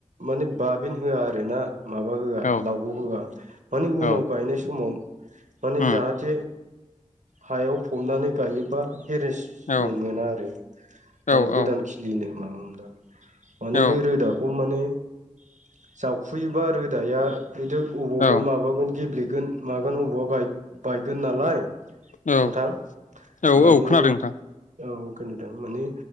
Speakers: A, on the right; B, on the left.
A: माने बाबिन होआ आरो ना । माबा होआ
B: औ
A: लावग' होआ माने
B: औ
A: उनाव गायनाय समाव माने
B: उम
A: जाहाथे हायाव फबनानै गायोबा हेरेसमेन्ट
B: औ
A: मोना आरो
B: औ
A: माने गोदान
B: औ
A: खिलिनो माबा <unintelligible> माने
B: औ
A: बे रोदाखौ माने <unintelligible> जावफुयोबा रोद दाया बिदि अबावबा
B: औ
A: माबागोन गेब्ले गोन मागोन अबावबा बायगोन नालाय नोंथां
B: औ औ
A: मानि
B: औ खोनादों नोंथां
A: औ खोनोदों माने